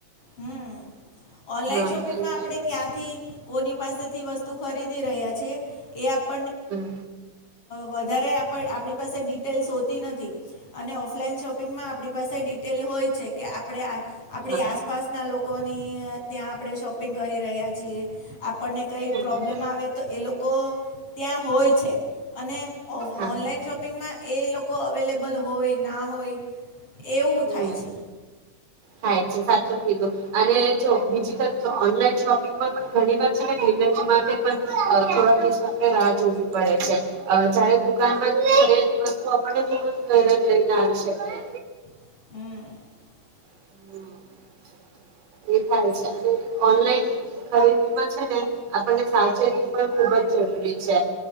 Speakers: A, on the left; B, on the right.
A: હમ ઓનલાઈન
B: હા
A: શોપિંગમાં
B: અને
A: આપણે ક્યાંથી... કોની પાસેથી વસ્તુ ખરીદી રહ્યા છીએ, આપ...
B: હમ્મ
A: વધારે આપણી આપણી પાસે ડિટેલ્સ હોતી નથી. અને ઓફલાઈન શોપિંગમાં આપણી પાસે ડિટેલ હોય છે કે આપણે આ.. આપણી
B: હા
A: આસ.. લોકોની ત્યાં આપણે શોપિંગ કરી રહ્યા છીએ. આપણને કઈ
B: હમ
A: પ્રોબ્લેમ આવે તો એ લોકો.. લોકો ત્યાં હોય છે, અને
B: હા
A: ઓનલાઈન શોપિંગમાં.. એ લોકો.. અવેલેબલ હોય ના હોય એવું
B: હમ
A: થાય છે.
B: થાય છે. સાચું કીધું અને જો બીજી તરફ ઓનલાઈન શોપિંગમાં પણ ઘણીવાર છેને <unintelligible> માટે પણ થોડા દિવસો આપ રાહ જોવી પડે છે. જયારે દુકાનમાંથી વસ્તુ આપણે ઘરે જ લઈને આવી શકીએ.
A: <inaudible>
B: <inaudible> એ થાય છે, ને ઓનલાઈન ખરીદીમાં છે, ને આપણે સાવચેતી પણ ખુબ જ જરૂરી છે.